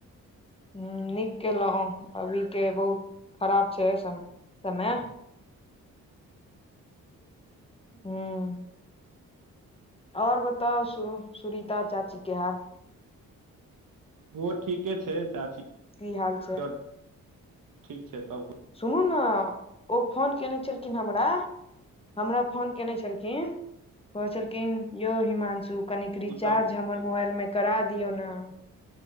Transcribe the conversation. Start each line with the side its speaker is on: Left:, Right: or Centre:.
Left: ह नीक केलहुँ अभी के बहुत खराब छै सम समय हूं ओर बताउ सु सुुरीता चाची केहार
Right: ओहो ठीके छै चाची
Left: की हाल छै
Right: आओर ठीक छै सबकुछ
Left: सुनू ने ओ फोन केयने छलखिन हमरा हमरा फोन केने छलखिन कहै छलखिन यौ हिमांशु कनिक रिचार्ज
Right: कुशल
Left: हमर मोबाइलमे करा दिऔ ने